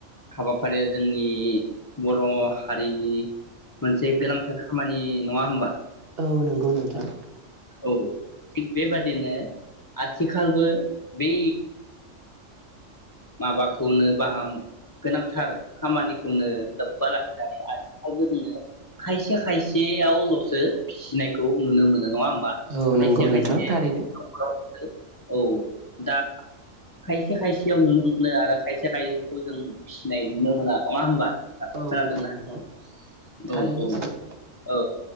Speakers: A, on the left; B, on the right.
A: हाबाफारिया जोंनि बर' हारिनि मोनसे गोनांथार खामानि नङा होमबा?
B: औ नोंगौ नोंथां।
A: औ थिग बेबादिनो आथिखालबो बे माबाखौनो बाहाम गोनांथार खामानिखौनो लोब्बा लाखिनानै आथिखालबो जोङो खायसे खायसेयावल'सो फिसिनायखौ नुनो मोनो नङा होम बा
B: औ
A: खायसे
B: नंगौ
A: खायसे
B: नोंथां थारैनो
A: नख'राव जों औ दा खायसे खायसेयाव नुनो नो आरो खायसे खायसेखौ जों फिसिनाय नुनो मोना नङा होमबा? थां
B: औ
A: खोनादोंना?
B: नंगौ नोंथां थारैनो
A: औ औ
B: सैथो
A: औ